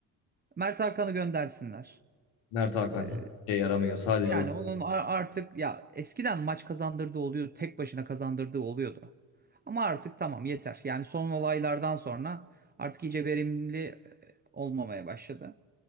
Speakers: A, on the right; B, on the left.
A: Mert Hakan'ı göndersinler.
B: Mert Hakan
A: Ee,
B: hiç şey yaramıyor. Sadece
A: Yani
B: orada.
A: onun a- artık ya eskiden maç kazandırdığı oluyordu. Tek başına kazandırdığı oluyordu. Ama artık tamam yeter. Yani son olaylardan sonra artık iyice verimli e, olmamaya başladı.